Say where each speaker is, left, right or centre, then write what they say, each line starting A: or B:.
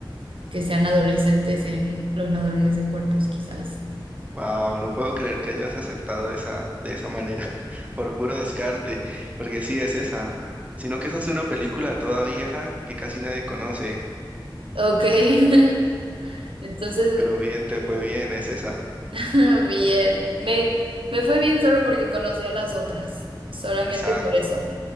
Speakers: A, on the right (about 80°); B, on the right (about 15°).
A: que sean adolescentes en los ladrones de cuerpos, quizás.
B: Wow, no puedo creer que hayas acertado de esa, de esa manera, <laughs> por puro descarte, porque sí es esa. Sino que esa es una película toda vieja que casi nadie conoce,
A: Ok, <laughs> entonces,
B: pero bien, te fue bien, es esa.
A: <laughs> bien, me, me fue bien solo porque conocía las otras, solamente
B: Exacto,
A: por eso.